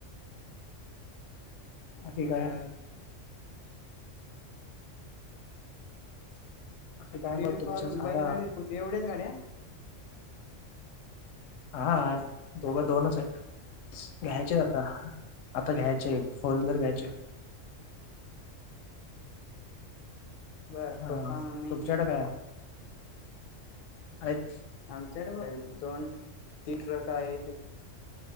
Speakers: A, on the left; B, on the left.
A: बाकी
B: <unintelligible>
A: काय बाकी काय मग
B: युनिकॉन
A: तुमचं सांगा
B: बैलगाडी होती. एवढ्याच गाड्या,
A: हा, दोघं दोनच आहेत. घ्यायचे आता, आता घ्यायचे एक फोर व्हीलर घ्यायचे.
B: बर
A: हा,
B: पप्पा मम्मी
A: तुमच्याकडे काय? हायत.
B: आमच्याकडं बी दोन तीन ट्रक आहेत.